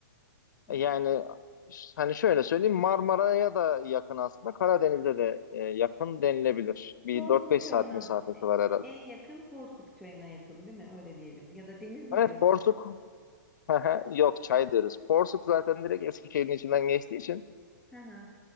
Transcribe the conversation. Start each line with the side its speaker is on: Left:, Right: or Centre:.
Centre: Va-
Left: Yani ş- hani şöyle söyleyeyim Marmara'ya da yakın aslında. Karadeniz'e de e, yakın denilebilir. Bir
Centre: Porsuk
Left: dört beş
Centre: Çayı'na.
Left: saat mesafesi
Centre: E,
Left: var herhalde.
Centre: En yakın Porsuk Çayı'na yakın değil mi? Öyle diyelim. Ya da deniz mi
Left: Evet,
Centre: diyorsunuz?
Left: Porsuk. <laughs> Yok, çay deriz. Porsuk zaten direkt Eskişehir'in içinden geçtiği için
Centre: Hı hı.